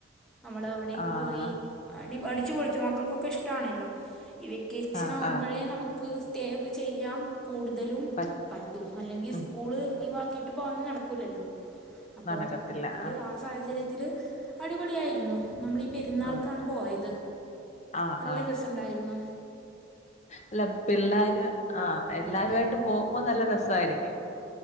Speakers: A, in the centre; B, on the left.
A: നമ്മള് അവിടെക്ക
B: ആഹ്
A: പോയി അ ദീ അടിച്ച്പൊളിച്ചു മക്കൾക്കൊക്ക ഇഷ്ടാണല്ലോ ഈ വെക്കേഷനാകുമ്പഴേ
B: ആഹ് ആഹ്
A: നമുക്ക് ത്തേയൊക്ക ചെയ്യാം കൂടുതലും
B: പറ്റ്
A: പറ്റും അല്ലെങ്കി
B: ഉം
A: സ്കൂള് ലീവ ക്കിട്ട് പോകല് നട ക്കൂലല്ലോ അപ്പോ
B: നടക്കത്തില്ല
A: അതില്
B: ആഹ്
A: ആ സാഹചര്യ ത്തില് അടിപൊളിയായിരുന്നു നമ്മളി പെരുന്നാൾക്കാണ്
B: ആഹ്
A: പോയത്
B: ആഹ്
A: നല്ല
B: ആഹ്
A: രസുണ്ടായിരുന്നു
B: അല്ല പിള്ളാര് ആഹ് എല്ലാരുമായിട്ട്
A: ആയിട്ട്
B: പോകുമ്പോ നല്ല രസായിരിക്കും